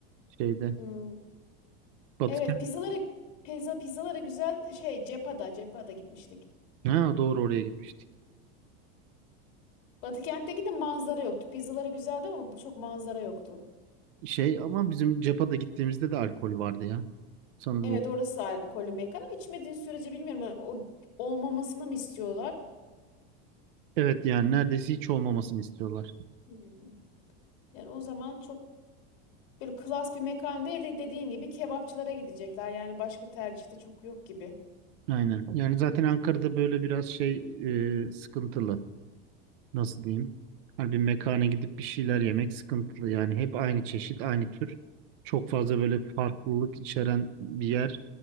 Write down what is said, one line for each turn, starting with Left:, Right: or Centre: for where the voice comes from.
Right: Şeyde.
Left: Hmm,
Right: Batıken.
Left: evet pizzalara pizza pizzalara güzel şey Cepa'da Cepa'da gitmiştik.
Right: Ha doğru oraya gitmiş.
Left: Batıkent'teki de manzara yoktu. Pizzaları güzeldi ama bu çok manzara yoktu.
Right: Şey ama bizim Cepa'da gittiğimizde de alkol vardı ya. Sanırım
Left: Evet
Right: o.
Left: orası alkollü mekan ama içmediğin sürece bilmiyorum. hani O olmamasını mı istiyorlar?
Right: Evet yani neredeyse hiç olmamasını istiyorlar.
Left: Hmm. Yani o zaman çok Böyle klas bir mekan değil de dediğin gibi kebapçılara gidecekler. Yani başka tercihte çok yok gibi.
Right: Aynen. Yani zaten Ankara'da böyle biraz şey e, sıkıntılı. nasıl diyeyim? Hani bir mekana gidip bir şeyler yemek sıkıntılı. Yani hep aynı çeşit, aynı tür. Çok fazla böyle farklılık içeren bir yer.